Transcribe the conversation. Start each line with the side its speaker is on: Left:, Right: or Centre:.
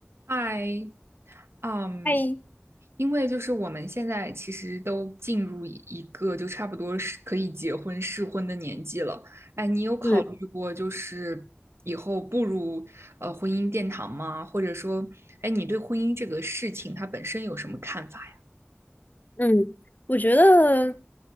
Right: 嗨，嗯，
Left: 哎，
Right: 因为就是我们现在其实都进入一一个就差不多是可以结婚适婚的年纪了。哎，你有考虑过就是以后步入呃婚姻殿堂吗？
Left: 嗯
Right: 或者说，哎，你对婚姻这个事情它本身有什么看法呀？
Left: 嗯，我觉得，